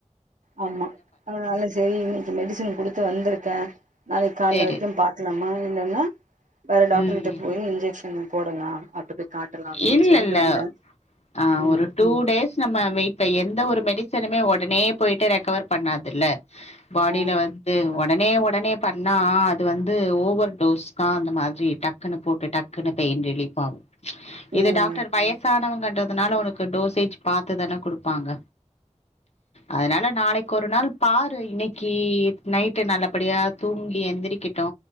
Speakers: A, on the right; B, on the left.
A: ஆமா அதனால சரி மெடிசின் குடுத்து வந்துருக்கே நாளைக்கு காலேல
B: சரி
A: வரைக்கு பாக்கலாமா இல்லேன்ன வேற டாக்டர்கிட்ட
B: ம்
A: போய் இன்ஜெக்க்ஷனு போடலா அடுத்தது காட்டலா அப்டின்னு
B: இல்லல்ல
A: சொல்லிட்டு வந்தே
B: ஆ
A: ம்
B: ஒரு டூ டேஸ் நம்ம வெயிட் எந்த ஒரு மெடிசனுமே ஒடனே போயிட்டு ரெக்கவர் பண்ணாதுல்ல பாடியில
A: ம்
B: வந்து ஒடனே -ஒடனே பண்ணா அது வந்து ஓவர் டோஸ் தா அந்த மாதிரி டக்குனு போட்டு டக்குன்னு பெயின் ரிலீஃப் ஆகு
A: ம்
B: இது டாக்டர் வயசானவுங்க னால உனக்கு டோசேஜ் பாத்து தான குடுப்பாங்க அதனால நாளைக்கு ஒரு நாள் பாரு இன்னைக்கு நைட்டு நல்லபடியா தூங்கி எந்திரிக்கெட்டு